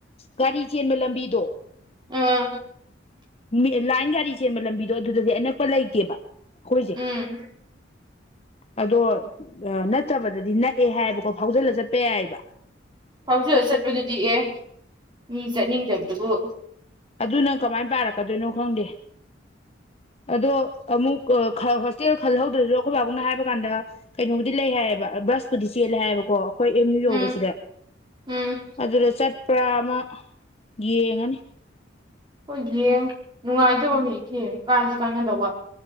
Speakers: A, on the left (about 30°); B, on the right (about 25°).
A: ꯒꯥꯔꯤ ꯆꯦꯟꯕ ꯂꯝꯕꯤꯗꯣ
B: <unintelligible>
A: ꯃꯤ ꯂꯥꯏꯟꯒꯥꯔꯤ ꯆꯦꯟꯕ ꯂꯝꯕꯤꯗꯣ ꯑꯗꯨꯗꯗꯤ ꯑꯅꯛꯄ ꯂꯩꯇꯦꯕ ꯑꯩꯈꯣꯏꯁꯦ
B: ꯎꯝ
A: ꯑꯗꯣ ꯅꯠꯇꯕꯗꯗꯤ ꯅꯛꯑꯦ ꯍꯥꯏꯌꯦꯕꯀꯣ ꯐꯥꯎꯖꯤꯜꯂ ꯆꯠꯄ ꯌꯥꯏꯑꯕ
B: ꯐꯥꯎꯖꯂ ꯆꯠꯄꯗꯨꯗꯤ ꯑꯦ ꯃꯤ ꯆꯠꯅꯤꯡꯗꯕꯗꯨꯕꯨ
A: ꯑꯗꯨꯅ ꯀꯃꯥꯏꯅ ꯄꯥꯔꯛꯀꯗꯣꯏꯅꯣ ꯈꯪꯗꯦ ꯑꯗꯣ ꯑꯃꯨꯛ ꯍꯣꯁꯇꯦꯜ ꯈꯜꯍꯧꯗ꯭ꯔꯁꯨ ꯑꯩꯈꯣꯏ ꯕꯥꯕꯅ ꯍꯥꯏꯕ ꯀꯥꯟꯗ ꯀꯩꯅꯣꯕꯨꯗꯤ ꯂꯩ ꯍꯥꯏꯌꯦꯕ ꯕꯁꯄꯨꯗꯤ ꯆꯦꯜꯂꯦ ꯍꯥꯏꯌꯦꯕꯀꯣ ꯑꯩꯈꯣꯏ ꯑꯦꯝ ꯌꯨ ꯌꯧꯕꯁꯤꯗ
B: ꯎꯝ ꯎꯝ
A: ꯑꯗꯨꯗ ꯆꯠ ꯄꯔꯥ ꯑꯃ ꯌꯦꯡꯉꯅꯤ
B: ꯍꯣꯏ ꯌꯦꯡ ꯅꯨꯡꯉꯥꯏꯗꯣꯕ ꯑꯃ ꯍꯦꯛ ꯌꯦꯡꯎ ꯀꯥꯟꯅꯗꯣꯕ